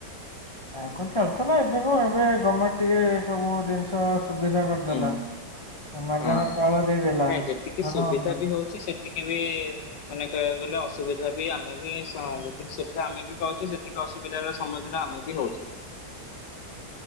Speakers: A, on the left (about 30°); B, on the left (about 75°).
A: ଆଗରୁ ଚାଲିଥିଲା ଏବେ କ ଏବେ ଗଭର୍ଣମେଣ୍ଟ ଟିକେ ସବୁ ଜିନିଷ ସୁବିଧା କରିଦେଲା।
B: ହୁଁ
A: ମାଗଣା
B: ହଁ
A: ଚାଉଳ ଦେଇଦେଲା
B: ନାଇ ଯେତିକି
A: ଭଲ
B: ସୁବିଧା
A: ମନ୍ଦ ହଁ
B: ବି ହଉଚି ସେତିକି ବି ମାନେ କହିବାକୁ ଗଲେ ଅସୁବିଧା ବି ଆମେ ବି ଯେତିକି ସୁବିଧା ଆମେ ବି ପାଉଛେ ସେ ସେତିକି ଅସୁବିଧାର ସମ୍ମୁଖୀନ ଆମ ବି ହଉଚି।